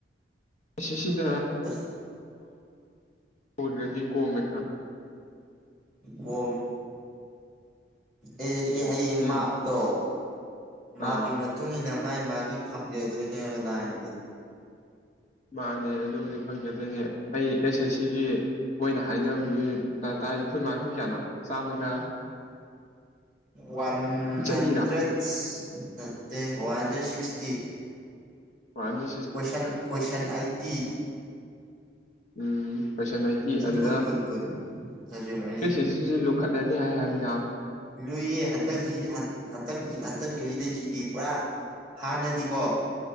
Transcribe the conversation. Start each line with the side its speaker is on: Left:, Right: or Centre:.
Left: ꯑꯁꯤꯁꯤꯗ
Centre: ꯑꯁ
Left: ꯀꯒꯔꯦꯗꯤ ꯀꯣꯝ ꯈ
Centre: ꯍ ꯑꯩ ꯁꯤ ꯍꯌꯦꯡ
Left: ꯈꯔ
Centre: ꯃꯥꯥꯛꯛꯇꯣ ꯃꯥꯔꯀꯤ
Left: ꯑꯥ
Centre: ꯃꯇꯨꯡ ꯏ ꯃꯇꯨꯡꯏꯟꯅ ꯃꯥꯥꯏ ꯃꯥꯒꯤ ꯐꯪꯖꯗꯣꯏꯅꯦꯕ ꯂꯥꯏꯟꯁꯦ
Left: ꯃꯥꯅꯦ ꯑꯗꯨꯕꯨꯗꯤ ꯐꯪꯖꯗꯣꯏꯅꯦ ꯑꯩ ꯑꯦꯁ ꯑꯦꯁ ꯁꯤꯒꯤ ꯃꯣꯏꯅ ꯍꯥꯏꯅꯕ ꯑꯩꯈꯣꯏꯒꯤ ꯇꯥꯔꯁꯦ ꯈꯨꯨꯟ ꯃꯔꯛꯇ ꯀꯌꯥꯅꯣ ꯆꯥꯝꯃꯒ
Centre: ꯋꯥꯟ
Left: ꯆꯅꯤꯔꯥ
Centre: ꯍꯟꯗ꯭ꯔꯦꯠ ꯅꯠꯇꯦ ꯋꯥꯟ ꯍꯟꯗ꯭ꯔꯦꯠ ꯁꯤꯛꯁꯇꯤ
Left: ꯍꯗ
Centre: ꯀꯣꯏꯁꯟ ꯀꯣꯏꯁꯟ ꯑꯩꯠꯇꯤ
Left: ꯎꯝ ꯀꯣꯏꯁꯟ ꯅꯥꯇꯤ ꯑꯗꯨꯗ
Centre: ꯀꯨꯟ ꯀꯨꯟ ꯀꯨꯟ ꯁꯕꯖꯦꯛ ꯃꯔꯤ
Left: ꯁꯤ ꯈꯠꯂꯅꯤ ꯍꯥꯏꯃꯤꯅꯥꯎ
Centre: ꯂꯨꯏꯌꯦ ꯍꯟꯗꯛ ꯍꯟꯛ ꯍꯟꯇꯛ ꯆꯍꯤꯗꯁꯤꯗꯤ ꯄꯨꯔꯥ ꯍꯥꯟꯅꯗꯤꯀꯣ